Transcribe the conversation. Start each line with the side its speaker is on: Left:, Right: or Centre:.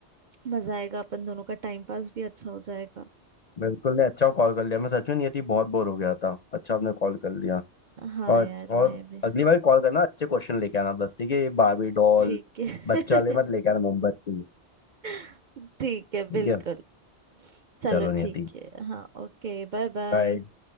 Right: मजा आएगा अपन दोनों का टाइम पास भी अच्छा हो जाएगा
Left: बिल्कुल नहीं अच्छा कॉल कर लिया मैं सच में नहीं थी बहुत बोर हो गया था अच्छा आपने कॉल कर लिया
Right: हाँ
Left: और
Right: यार
Left: और
Right: मैं भी
Left: अगली बार कॉल करना अच्छे क्वेश्चन लेके आना बस ठीक है ये बारबी डॉल
Right: ठीक है
Left: बच्चा वाले मत लेके आना मुंबई से
Right: <laughs> ठीक है बिल्कुल
Left: ठीक है
Right: चलो
Left: चलो
Right: ठीक
Left: नियति
Right: है हाँ ओके Bye bye
Left: बाय